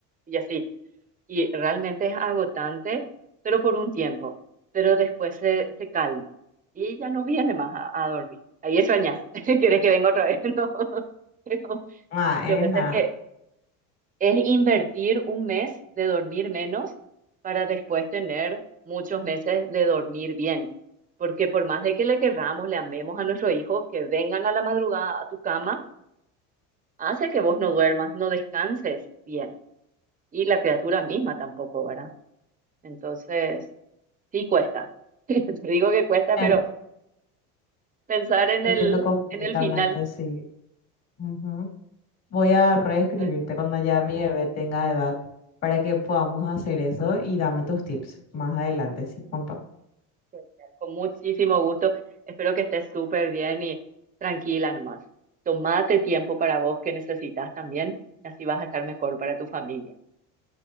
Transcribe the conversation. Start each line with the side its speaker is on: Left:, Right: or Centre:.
Right: Y así y realmente es agotante, pero por un tiempo, pero después se, se calma y ya no viene más a, a dormir. Ahí extrañas, <laughs> si quieres que venga otra vez, <laughs> no, pero
Left: Ah, Ena,
Right: lo que pasa es que es invertir un mes de dormir menos para después tener muchos meses de dormir bien. Porque por más de que le querramos, le amemos a nuestro hijo, que vengan a la madrugada a tu cama, hace que vos no duermas, no descanses bien. Y la criatura misma tampoco, ¿verdad? Entonces, Sí cuesta. <laughs> Te digo que cuesta,
Left: en-
Right: pero pensar en
Left: entiendo
Right: el,
Left: completamente,
Right: en el final.
Left: sí. Ujú. Voy a reescribirte
Right: Entonces,
Left: cuando ya mi bebé tenga edad para que podamos hacer eso y dame tus tips más adelante, sí,
Right: Ujú.
Left: compa.
Right: genial, con muchísimo gusto. Espero que estés súper bien y tranquila nomás. Tomate tiempo para vos que necesitas también. Así vas a estar mejor para tu familia.